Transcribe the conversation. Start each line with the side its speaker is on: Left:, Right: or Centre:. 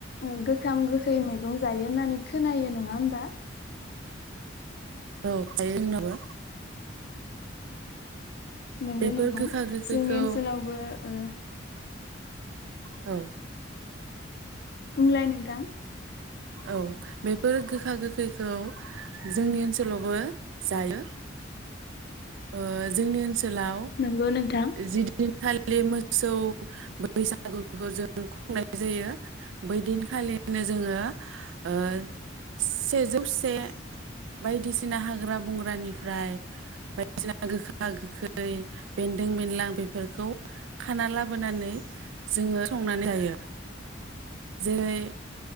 Left: ओ गोखाम गोखै मैगं जायो होननानै खोनायो नङा होमबा
Right: औ जायो जोंनाबो
Left: नंगौ
Right: बेफोर
Left: नोंथां
Right: गोखा गोखैखौ
Left: जोंनि ओनसोलावबो ओ
Right: औ
Left: बुंलाय नोंथां
Right: औ बेफोर गोखा गोखैखौ जोंनि ओनसोलावबो जायो ओ जोंनि ओनसोल ओनोलाव
Left: नंगौ नोंथां
Right: जि दिनखालि मोसौ बैसागुखौ जों खुंनाय जायो बै दिनखालिनो जोङो ओ सेजौसे बायदिसिना हाग्रा बंग्रानिफ्राय बायदिसिना गोखा गोखै बेन्दों बेनलां बेफोरखौ खाना लाबोनानै जोङो संनानै जायो जेरै